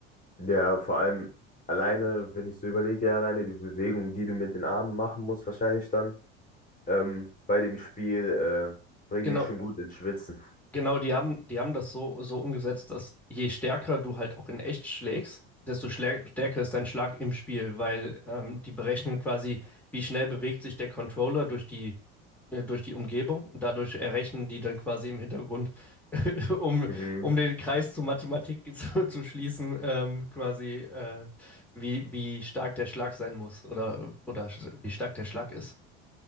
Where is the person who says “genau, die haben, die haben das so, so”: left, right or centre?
Centre